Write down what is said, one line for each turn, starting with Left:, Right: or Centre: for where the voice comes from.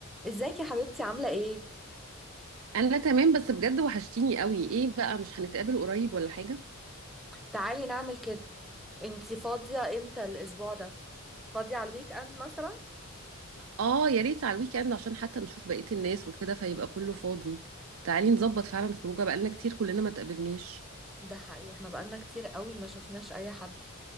Centre: ازيك يا حبيبتي عاملة ايه؟
Right: انا تمام بس بجد وحشتيني قوي ايه بقى مش هنتقابل قريب ولا حاجة
Centre: تعالي نعمل كده انتي فاضية امتى الاسبوع ده؟ فاضية على الويك اند مثلا؟
Right: اه يا ريت على الويك اند عشان حتى نشوف بقية الناس وكده فيبقى كله فاضي تعالي نظبط فعلا خروجه بقالنا كتير كلنا ما تقابلناش
Centre: ده حقيقي احنا بقالنا كتير قوي ما شفناش اي حد